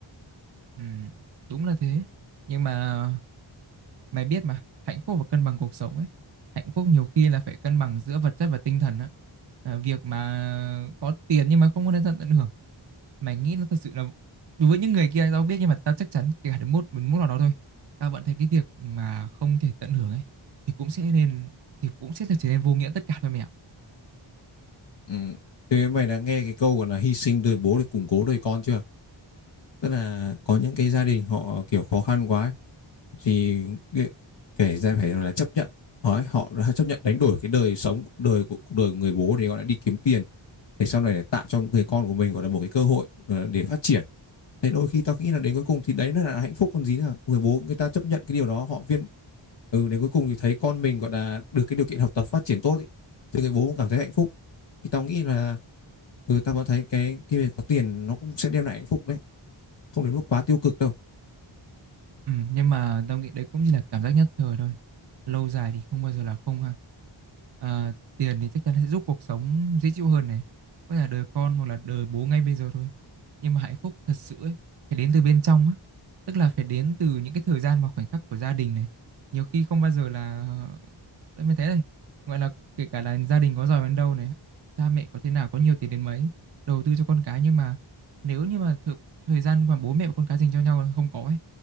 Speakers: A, on the right; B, on the left.
A: ừ, đúng là thế nhưng mà Mày biết mà, hạnh phúc và cân bằng cuộc sống ấy. Hạnh phúc nhiều khi là phải cân bằng giữa vật chất và tinh thần á. À, việc mà có tiền nhưng mà không có đến tận tận hưởng. Mày nghĩ nó thật sự là đối với những người kia tao không biết nhưng mà tao chắc chắn kể cả đến một đến một nào đó thôi. Tao vẫn thấy cái việc mà không thể tận hưởng ấy thì cũng sẽ nên thì cũng sẽ là trở nên vô nghĩa tất cả thôi mẹ ạ.
B: ừ. thế mày đã nghe cái câu gọi là hy sinh đời bố để củng cố đời con chưa tức là có những cái gia đình họ kiểu khó khăn quá ấy, thì kể ra phải là chấp nhận Đấy, họ đã chấp nhận đánh đổi cái đời sống đời của cuộc đời của người bố để gọi là đi kiếm tiền để sau này để tạo cho người con của mình gọi là một cái cơ hội ờ, để phát triển thế đôi khi tao nghĩ là đến cuối cùng thì đấy nó là hạnh phúc còn gì nữa người bố người ta chấp nhận cái điều đó họ viên ừ đến cuối cùng thì thấy con mình gọi là được cái điều kiện học tập phát triển tốt ý, thì người bố cũng cảm thấy hạnh phúc thì tao nghĩ là ừ tao vẫn thấy cái cái việc có tiền nó cũng sẽ đem lại hạnh phúc đấy không đến mức quá tiêu cực đâu
A: Ừ, nhưng mà tao nghĩ đấy cũng chỉ là cảm giác nhất thời thôi. Lâu dài thì không bao giờ là không ha. À, tiền thì chắc chắn sẽ giúp cuộc sống dễ chịu hơn này. Có thể là đời con hoặc là đời bố ngay bây giờ thôi. Nhưng mà hạnh phúc thật sự ấy, phải đến từ bên trong á. Tức là phải đến từ những cái thời gian và khoảnh khắc của gia đình này. Nhiều khi không bao giờ là... Tại mới thế này. Gọi là kể cả là gia đình có giàu đến đâu này. Cha mẹ có thế nào, có nhiều tiền đến mấy. Đầu tư cho con cái nhưng mà nếu như mà thực thời gian mà bố mẹ và con cái dành cho nhau là không có ấy